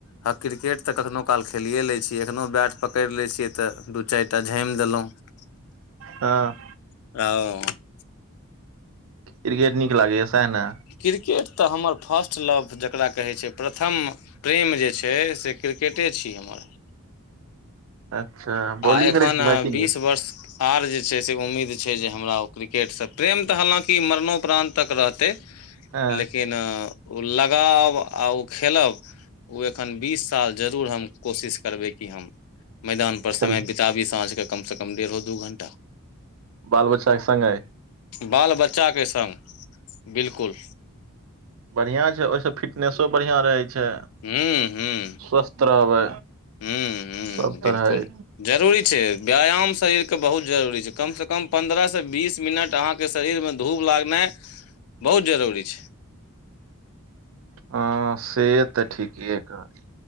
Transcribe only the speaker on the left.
हँ, क्रिकेट तऽ कखनहु काल खेलिए लैत छी, एखनोहु बैट पकड़ि लै छियै तऽ दू-चारि टा झामि देलहुँ <unintelligible>
<unintelligible>
क्रिकेट त हमर फर्स्ट लव जकरा कहै छै प्रथम प्रेम जे छै से क्रिकेटे छी हमर
आ एखन
बीस
वर्ष आर जे छै से उम्मीद छै जे हमरा ओ क्रिकेटसँ प्रेम तऽ हालाँकि मरणोपराणत तक रहतै
लेकिन ओ लगाव आ ओ खेलब ओ एखन बीस साल जरूर हम कोशिश करबै कि हम मैदान पर समय
बितबी साँझ कऽ कम सॅं कम डेढ़ो-दू घण्टा
बाल बच्चाके संग बिलकुल
हूँ हूँ
हूँ हूँ
बिलकुल
जरूरी छै, व्यायाम शरीरके बहुत जरूरी छै कमसँ कम पन्द्रह सॅं बीस मिनट अहाँके शरीरमे धूप लागनाइ बहुत जरूरी छै।